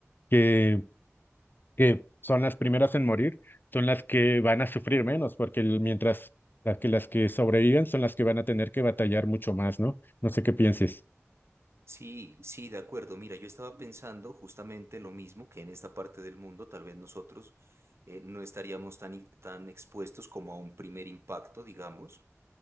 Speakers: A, on the left; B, on the right.
A: que, que son las primeras en morir son las que van a sufrir menos, porque el- mientras las que, las que sobreviven son las que van a tener que batallar mucho más, ¿no? No sé qué pienses.
B: Sí, sí, de acuerdo. Mira, yo estaba pensando justamente lo mismo que en esta parte del mundo, tal vez nosotros eh, no estaríamos tan, i- tan expuestos como a un primer impacto, digamos,